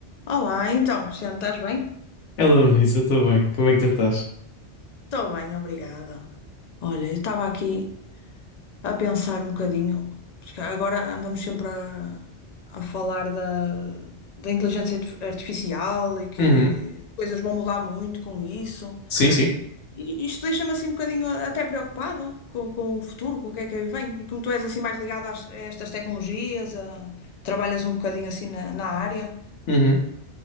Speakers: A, on the left; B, on the left.
A: Olá, então, Cristiano, estás bem?
B: Hello, Nisso, eu estou bem. Como é que tu estás?
A: Estou bem, obrigada. Olha, eu estava aqui a pensar um bocadinho, porque agora andamos sempre a, a falar da, da inteligência artif- artificial e que
B: Uhum.
A: coisas vão mudar muito com isso.
B: Sim, sim.
A: E isto deixa-me assim um bocadinho até preocupada com, com o futuro, com o que é que aí vem. E como tu és assim mais ligado às- a estas tecnologias, a- trabalhas um bocadinho assim na, na área,
B: Uhum.